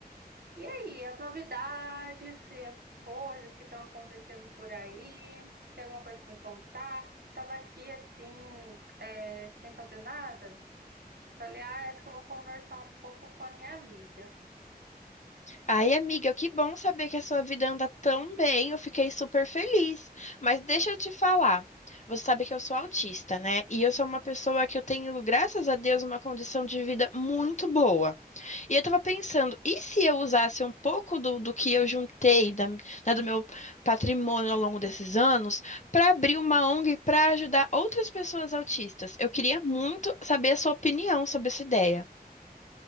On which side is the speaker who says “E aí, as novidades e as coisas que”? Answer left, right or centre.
Right